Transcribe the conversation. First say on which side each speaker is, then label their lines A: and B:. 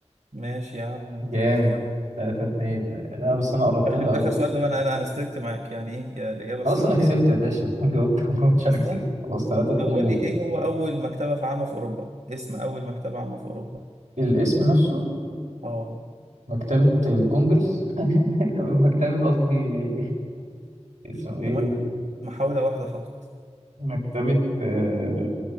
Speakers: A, on the right (about 70°); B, on the right (about 90°).
A: ماشي يا عم أنت
B: جامد
A: جيت في جامعة
B: تلاتة اتنين لا بس أنا قربتها
A: آخر
B: قوي
A: آخر سؤال ده بقى أنا أنا أنا استركت معاك يعني إيه يا الإجابة
B: خلاص
A: الصح
B: أنا كسبت
A: يعني
B: يا باشا <laughs> جاوبت ما قلتش أنا
A: أصلا
B: كسبت خلاص تلاتة اتنين
A: طب قول
B: ليا
A: لي إيه هو أول مكتبة في عامة في أوروبا؟ اسم أول مكتبة عامة في أوروبا
B: الاسم نفسه
A: أه
B: مكتبة الكونجرس <laughs> مكتبة قصدي اسمه إيه
A: أنت معاك محاولة واحدة فقط
B: مكتبة آه